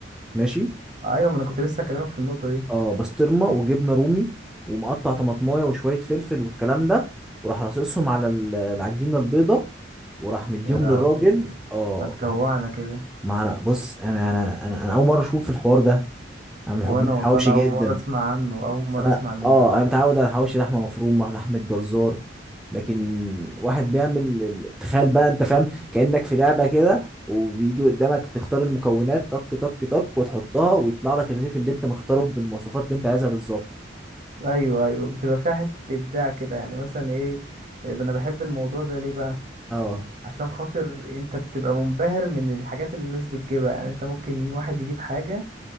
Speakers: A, in the centre; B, on the right.
A: ماشي
B: ايوه ما انا كنت لسه اكلمك في النقطة دي
A: اه بسطرمه وجبنه رومي ومقطع طماطمايه وشويه فلفل والكلام ده وراح راصصهم على ال- العجينه البيضه وراح مديهم
B: يا لهوي
A: للراجل اه
B: هتجوعنا كده
A: ما انا بص انا انا انا, أنا اول مره اشوف الحوار ده انا من محبين
B: وانا
A: الحواوشي
B: والله انا
A: جدا
B: اول مرة اسمع عنه اول
A: بس
B: مرة
A: انا
B: اسمع عن الموضوع
A: اه انا
B: ده
A: متعود على حواوشي لحمه مفرومه لحمه جزار لكن واحد بيعمل ال- تخيل بقى انت فاهم كانك في لعبه كده وبيجي قدامك تختار المكونات طك طك طك وتحطها ويطلع لك الرغيف اللي انت مختاره بالمواصفات اللي انت عايزها بالظبط
B: ايوه ايوه بتبقى فيها حته ابداع كده يعني مثلا ايه انا بحب الموضوع ده ليه بقى
A: اه
B: عشان خاطر انت بتبقى منبهر من الحاجات اللي الناس بتجيبها يعني انت ممكن واحد يجيب حاجه